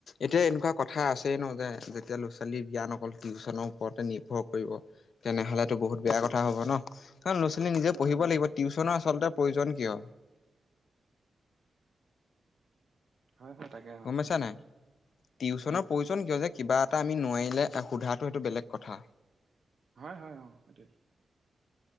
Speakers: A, on the left (about 70°); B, on the right (about 50°).
A: এতিয়া এনেকুৱা কথা আছে। স নযায় যেতিয়া লো, ছোৱালী জ্ঞান অকল টিউশচনৰ ওপৰতে নিৰ্ভৰ কৰিব। তেনেহ'লেতো বহুত বেয়া কথা হ'ব ন কাৰ ল'ৰা, ছোৱালী নিজে
B: হয়
A: পঢ়িব
B: হয় নিশ্চয়
A: লাগিব টিউশচনৰ আচলতে পৰিজন কিয়।
B: হয় হয় তাকে অ
A: গম পইচা নাই। টিউশ্যনৰ
B: উম
A: পৰিজন কিয় যে কিবা এটা আমি নোৱাৰিলে সোধাটো সেইটো বেলেগ কথা।
B: হয় হয় অ', সেইটো।